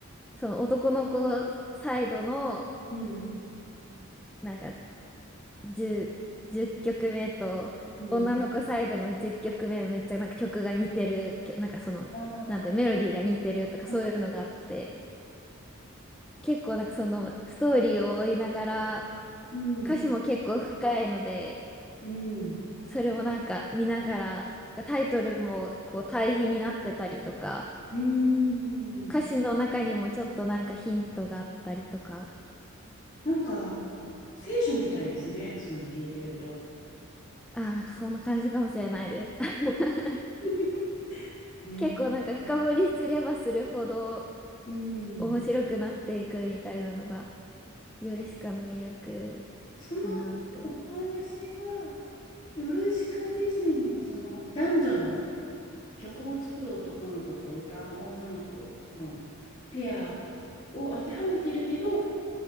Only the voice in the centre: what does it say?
その男の子サイドの、
なんか10、曲目と、
女の子サイドの10曲目めめっちゃなんか曲が似てる、きょなんかその、
なんてメロディーが似てるとかそういうのがあって、
結構なんかそのストーリーを追いながら、
歌詞も結構深いので、
それをなんか見ながら、タイトルもこう対比になってたりとか、
歌詞の中にもちょっとなんかヒントがあったりとか、
あーなんかそんな感じかもしれないです。<laughs>
結構なんか深掘りすればするほど
面白くなっていくみたいなのが、ヨルシカの魅力かなって思います。